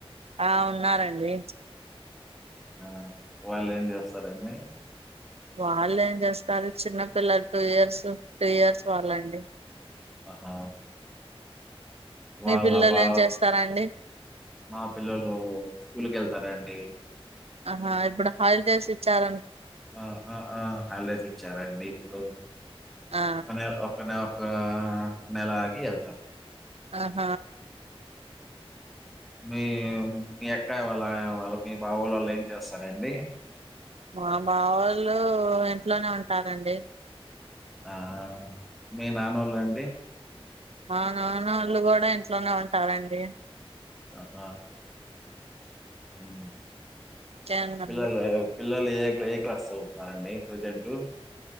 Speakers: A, on the right; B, in the centre.
A: ఆ ఉన్నారండి
B: ఆ వాళ్ళు ఏం చేస్తారండి
A: వాళ్ళు ఏం చేస్తారు చిన్నపిల్లలు టూ ఇయర్స్ త్రీ ఇయర్స్ వాళ్ళండి
B: అహ వాళ్ళ
A: మీ పిల్లలు
B: బా
A: ఏం చేస్తారండి
B: మా పిల్లలు స్కూల్కి వెళ్తారా అండి
A: అహ ఇప్పుడు హాయిల్ దసి ఇచ్చార
B: ఆ ఆ ఆ హాలిడేస్ ఇచ్చారండి ఇప్పుడు
A: ఆ
B: ఒక నె ఒక నె ఆ నెల ఏళ్తారు
A: అహ
B: మీ మీ అక్కయ వాళ్ళు ఆయ వాళ్ళు మీ బావోళ వాళ్ళు ఏం చేస్తారండి
A: మా బావ వాళ్ళు ఇంట్లోనే ఉంటారండి
B: ఆ మీ నాన్నోళ్లండి
A: మా నాన్నోళ్ళు కూడా ఇంట్లోనే ఉంటారండి
B: అహ ఉ
A: ఇంకేందండి
B: పిల్లలు పిల్లలు ఏ ఏ క్లాస్ చదువుతున్నారండి ప్రజెంట్